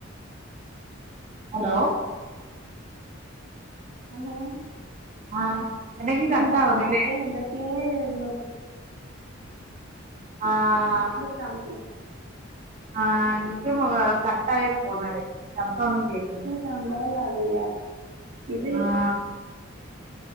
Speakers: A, on the right; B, on the right.
A: ഹലോ.
B: ഹലോ.
A: ആഹ്. ഇടക്ക്
B: ഇതെന്താ
A: കട്ടാവുന്നില്ലേ
B: വാർത്തെ എന്തൊക്കേ വെര്ണു.
A: ആഹ്.
B: ചമ്പൊ
A: ആഹ് എനിക്കും കട്ടായി പോന്നെടെ ശബ്ദൊന്നും കേക്ക്ന്നില്ല.
B: സംഭവൊന്നും അറിയില്ല ഇത്.
A: ആഹ്